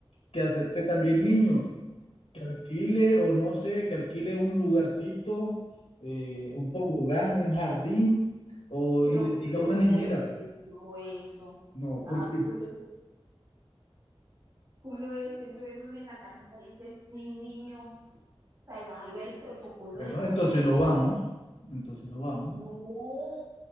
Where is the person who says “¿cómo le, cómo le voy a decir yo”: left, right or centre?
Right